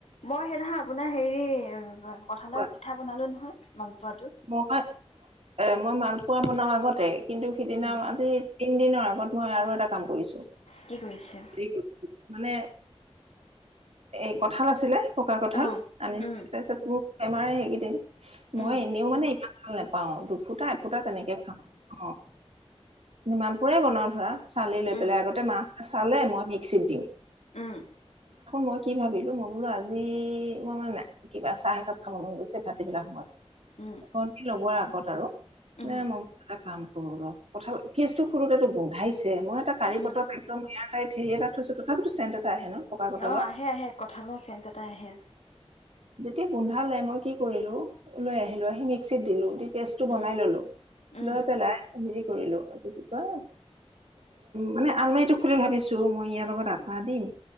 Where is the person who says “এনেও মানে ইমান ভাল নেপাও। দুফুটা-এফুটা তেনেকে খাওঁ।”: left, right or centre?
Right